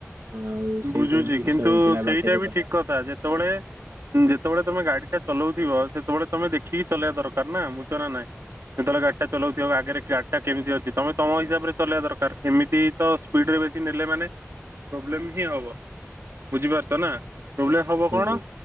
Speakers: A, on the right (about 75°); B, on the right (about 60°).
A: ଆଉ ସେଇ
B: ବୁଝୁଛି
A: ସବୁ ଜିନିଷ
B: କିନ୍ତୁ
A: ହୋଇଥିଲା
B: ସେଇଟା
A: ବାଟରେ
B: ବି
A: ଗଲାବେଳେ
B: ଠିକ କଥା ଯେତେବେଳେ ଯେତେବେଳେ ତମେ ଗାଡି ଟା ଚଲଉଥିବ ସେତେବେଳେ ତମେ ଦେଖିକି ଚଲେଇବା ଦରକାର ନା ବୁଝୁଛ ନା ନାଇଁ। ଯେତେବେଳେ ଗାଡି ଟା ଚଲାଉଥିବ ଆଗରେ ଗାଡି ଟା କେମିତି ଅଛି ତମେ ତମ ହିସାବରେ ଚଲେଇବା ଦରକାର ଏମିତି ତ ସ୍ପିଡ ରେ ବେଶୀ ନେଲେ ମାନେ ପ୍ରୋବ୍ଲେମ୍ ହିଁ ହବ ବୁଝିପାରୁଛ ନା ପ୍ରୋବ୍ଲେମ ହବ
A: ହୁଁ
B: କ'ଣ